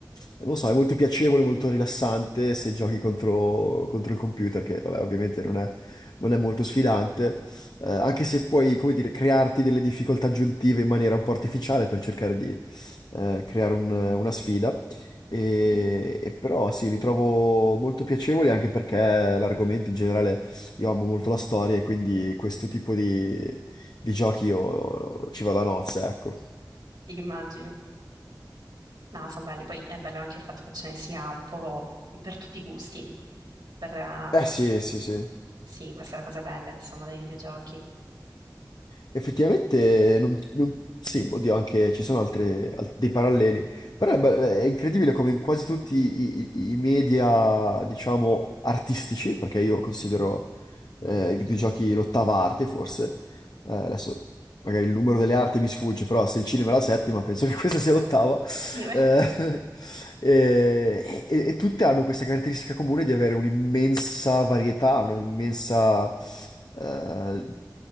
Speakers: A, on the left; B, on the right.
A: non lo so, è molto piacevole, molto rilassante se giochi contro, contro il computer, che vabbè, ovviamente non è, non è molto sfidante, eh, anche se puoi, come dire, crearti delle difficoltà aggiuntive in maniera un po' artificiale per cercare di eh, creare un- una sfida. E,
B: Mhm.
A: e però sì, li trovo molto piacevoli anche perché l'argomento in generale io amo molto la storia e quindi questo tipo di, di giochi io ci vado a nozze, ecco.
B: Sì, immagino. No, sono belli. Poi è bello anche il fatto che ce ne sia un po' per tutti i gusti. Per, eh,
A: Eh sì, sì, sì.
B: sì, questa è la cosa bella, insomma, dei videogiochi. Io-
A: Effettivamente, non, non- sì, oddio, anche ci sono altre, al- dei paralleli. Però è, be- è incredibile come in quasi tutti i, i- i media, diciamo, artistici, perché io considero eh, i videogiochi l'ottava arte, forse. Eh, adesso magari il numero delle arti mi sfugge, però se il cinema è la settima, penso <laughs> che questa sia l'ottava.
B: Sì. beh.
A: Eh, <laughs> e, e- e tutte hanno questa caratteristica comune di avere un'immensa varietà, un'immensa, eh,